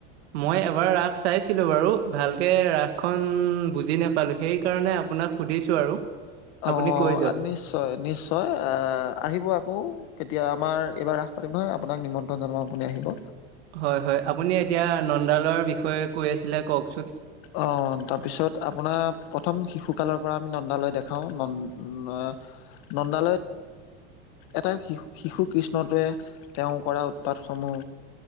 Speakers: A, on the right; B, on the left.
A: মই এবাৰ ৰাস চাইছিলো বাৰু ভালকে ৰাস খন বুজি নাপ পালোঁ সেইকাৰণে আপোনাক সুধিছোঁ আৰু আপুনি
B: অ
A: কৈ যাওক।
B: নিশ্চয় নিশ্চয় আহ আহিব আকৌ কেতিয়া আমাৰ এইবাৰ ৰাস পাতিম নহয় আপোনাক নিমন্ত্ৰণ জনাবপুনি আহিব
A: হয় হয় আপুনি এতিয়া নন্দালৰ বিষয়ে কৈ আছিলে কওকচোন
B: অ তাৰপিছত আপোনাৰ প্ৰথম শিশু কালৰ পৰা আমি নন্দালৈ দেখাও ন নন্দালয়ত এটা শিু শিশু কৃষ্ণটোৱে তেওঁ কৰা উৎপাতসমূহ